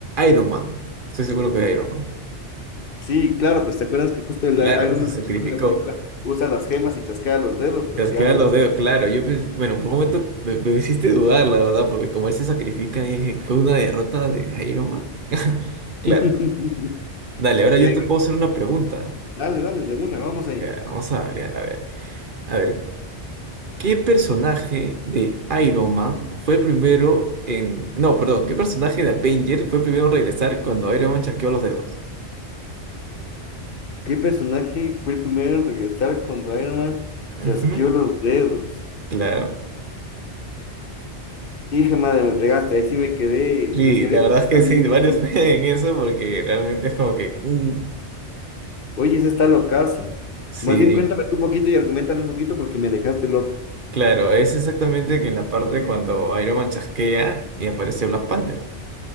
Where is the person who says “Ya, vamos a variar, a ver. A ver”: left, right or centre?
Right